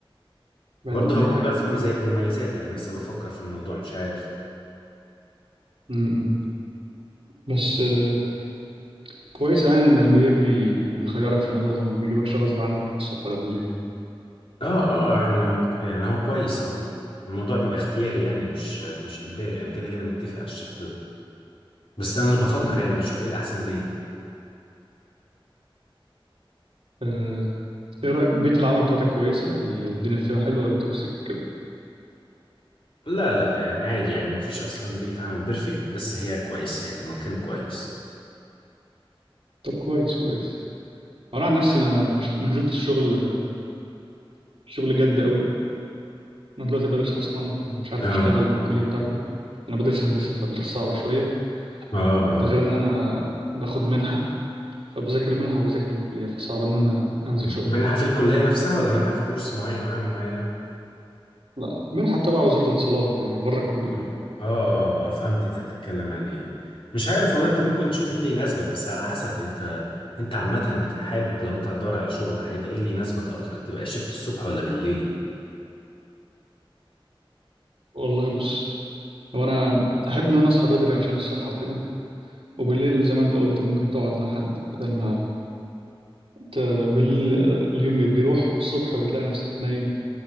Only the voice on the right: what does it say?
بعيدا
عن
اي حاجه
م- م. بس آه، كويس يعني ان المدير بي يعني بيخيرك في موضوع زي ما بيجيبكش غصب عنك لا الصبح ولا بالليل
مم.
آه، ايه رأيك بيئة العمل بتاعتك كويسة الدنيا فيها حلوة ولا توكسيك كده
طب كويس كويس هو انا عن نفسي ما مش ما نزلت الشغل شغل جد قوي انا دلوقتي بدرس اصلا ومش عارف
اشتغل مع الكلية بتاعتي انا بدرس هندسة فالدراسة صعبة شوية
ده غير ان انا باخد منحة فبذاكر المنحة وبذاكر الكلية فصعب ان انا انزل شغل
لا منحة تبع وزارة الاتصالات يعني بره الكلية
والله بص وانا احب ان انا اصحى بدري عشان الصحه وكده وبالليل زي ما انت قلت ممكن تقعد مع حد بدل ما ت... بالليل اليوم بيروح والصبح بتلاقي نفسك نايم